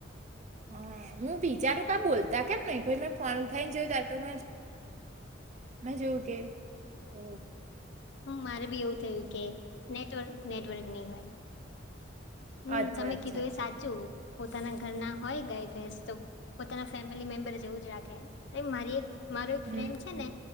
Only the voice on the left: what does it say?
હા મારે બી એવું થયું કે નેટવર્ક નેટવર્ક નહી હોય. હમમ
તમે
કીધું
એ સાચું પોતાના ઘરના હોય ગાય, ભેંસ તો પોતાના ફેમિલી મેમ્બર જેવું જ રાખે. અ મારી એક મારો એક
ફ્રેન્ડ છે
ને